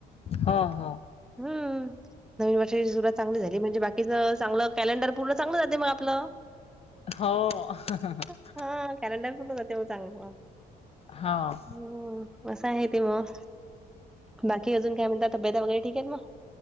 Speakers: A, on the left; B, in the centre.
A: हो हो..
B: हम्म... नवीन वर्षाची सुरवात चांगली म्हणजे बाकीचं चांगलं कॅलेंडर पूर्ण चांगलं जाते मग आपलं.
A: हो...
B: हा कॅलेंडर पूर्ण जाते मग चांगलं.
A: हाव,
B: हो असा हे ते मग, बाकी अजून काय म्हणतात? तब्यता वगैरे ठीक आहेत मग?